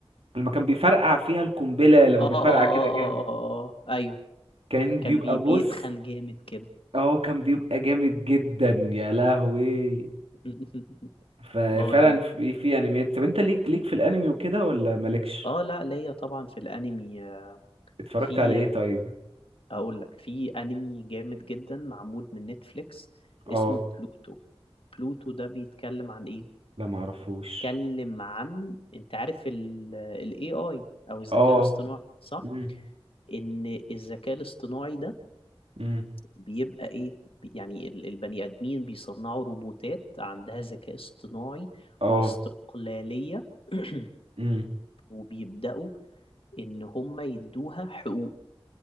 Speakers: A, on the right; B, on the left.
A: لما كان بيفرقع فيها القنبله لما
B: اه
A: بيفرقع
B: اه اه
A: كده جامد
B: اه اه اه ايوه
A: كان
B: كان
A: بيبقى
B: بي بيتخن
A: بص
B: جامد كده
A: اهو كان بيبقى جامد جدا يا لهوي
B: <laughs>
A: ففعلا
B: اه دي
A: في في انميات طب انت ليك ليك في الانمي وكده ولا مالكش
B: اه لا ليا طبعا في الانمي آه،
A: اتفرجت
B: في
A: على ايه
B: آه،
A: طيب
B: اقول لك في انمي جامد جدا معمول من نتفليكس
A: اه
B: اسمه بلوتو بلوتو ده بيتكلم عن ايه
A: لا معرفوش
B: بيتكلم عن انت عارف ال AI او الذكاء
A: اه
B: الاصطناعي صح
A: مم.
B: ان الذكاء الاصطناعي ده
A: مم.
B: بيبقى ايه بي- يعني ال- البني ادمين بيصنعوا روبوتات عندها ذكاء اصطناعي
A: اه
B: واستقلالية <clears throat>
A: مم.
B: وبيبدأوا ان هم يدوها حقوق